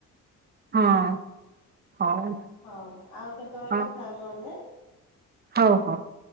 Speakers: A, on the right; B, on the left.
A: ହଁ ହଉ।
B: ହଉ ଆଉ କେତବେଳେ
A: ହଉ
B: କଥା ହବ ଆମେ।
A: ହଉ <unintelligible>